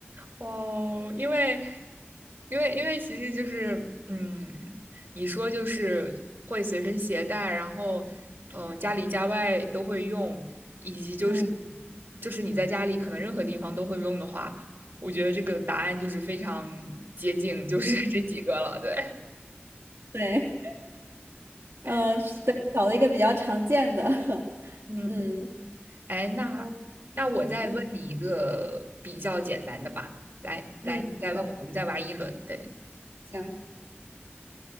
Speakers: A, on the right; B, on the right.
A: 哦，因为，因为，因为其实就是，嗯，你说就是会随身携带，然后，嗯，家里家外都会用，以及就是，
B: 嗯
A: 就是你在家里可能任何地方都会用的话，我觉得这个答案就是非常接近，就是这几个了，
B: 嗯，
A: 对。
B: 对，
A: 哎，
B: 呃，是对，找了一个比较常见的，<laughs>
A: 嗯，
B: 嗯，
A: 哎，那那我再问你一个比较简单的吧，
B: 哦，嗯
A: 来来，
B: 嗯，
A: 你再问我，
B: 好的，
A: 我们再玩一轮。对，
B: 行，